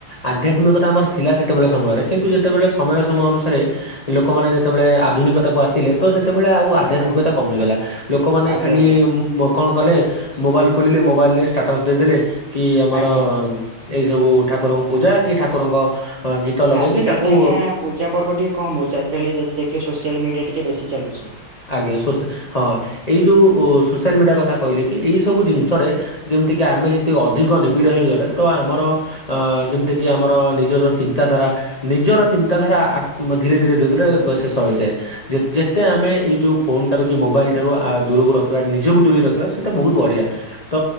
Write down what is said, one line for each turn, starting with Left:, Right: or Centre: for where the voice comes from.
Left: ଆଧ୍ୟାତ୍ମିକତା ଆମର ଥିଲା ସେତେବେଳେ ସମୟରେ କିନ୍ତୁ ଯେତେବେଳେ ସମୟ ସମୟ ଅନୁସାରେ ଲୋକମାନେ ଯେତେବେଳେ ଆଧୁନିକତାକୁ ଆସିଲେ ତ ସେତେବେଳେ ଆଉ ଆ ଆଧ୍ୟାତ୍ମିକତା
Right: ଆଜ୍ଞା
Left: କମିଗଲା ଲୋକମାନେ
Right: ଆଜ୍ଞା
Left: ଖାଲି
Right: ଆଜ୍ଞା
Left: ମୁ କଣ କଲେ ମୋବାଇଲ୍ ଖୋଲିଲେ ମୋବାଇଲରେ ଷ୍ଟାଟସ୍ ଦେଇଦେଲେ କି ଆମର
Right: ଆଜ୍ଞା
Left: ଏଇ ସବୁ ଠାକୁରଙ୍କୁ ପୂଜା କି ଠାକୁରଙ୍କ ଗୀତ ଲଗେଇକି
Right: ଆଜିକାଲି
Left: ତାକୁ
Right: ତ ଆଜ୍ଞା ପୂଜା ପର୍ବ ଟିକେ କମ ହଉଛି ଆଜିକାଲି ଯଦି ଦେଖିବେ ସୋସିଆଲ ମିଡିଆ ଟିକେ ବେଶୀ ଚାଲୁଛି।
Left: ଆଜ୍ଞା ସୋସି ହଁ ଏଇ ଯଉ ସୋସିଆଲ ମିଡ଼ିଆ କଥା କହିଲେ କି ଏଇ ସବୁ ଜିନିଷରେ ଯେମିତିକି ଆମେ ଯଦି ଅଧିକ ନିବିଡ଼ ହେଇଗଲେ ତ ଆମର ଅ ଯେମିତି କିି ଆମର ନିଜର ଚିନ୍ତାଧାରା ନିଜର ଚିନ୍ତାଧାରା ଆ ଧୀରେ ଧୀରେ ଧୀରେ ଧୀରେ ଶେଷ ହେଇଯାଏ। ଯେତେ ଆମେ ଏଇ ଯୋଉ ଫୋନ୍ ଠାରୁ କି ମୋବାଇଲ୍ ଠାରୁ ଆ ଦୂରକୁ ରଖିବା ନିଜକୁ ଦୂରେଇ ରଖିବା ସେଇଟା ବହୁତ ବଢ଼ିଆ। ତ